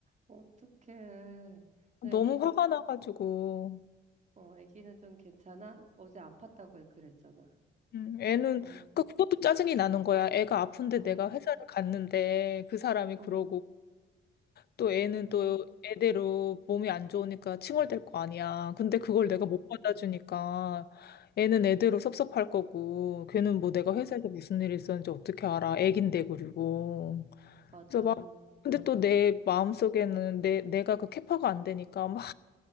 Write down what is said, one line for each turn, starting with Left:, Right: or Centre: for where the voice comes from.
Right: 어떡해. 너
Left: 너무
Right: 애기는,
Left: 화가 나가지고.
Right: 어, 애기는 좀 괜찮아? 어제 아팠다고 그랬잖아.
Left: 음, 애는
Right: 응,
Left: 그러니까 그것도 짜증이 나는 거야. 애가 아픈데
Right: 응,
Left: 내가 회사를 갔는데 그 사람이 그러고
Right: 응,
Left: 또 애는
Right: 응,
Left: 또 애대로 몸이 안 좋으니까 칭얼댈 거 아니야. 근데 그걸
Right: 응.
Left: 내가 못 받아주니까 애는 애대로 섭섭할 거고 걔는 뭐 내가 회사에서 무슨 일이 있었는지 어떻게 알아. 애긴데 그리고
Right: 맞아.
Left: 그래서 막 근데 또 내 마음속에는 내 내가 그 캐파가 안 되니까 막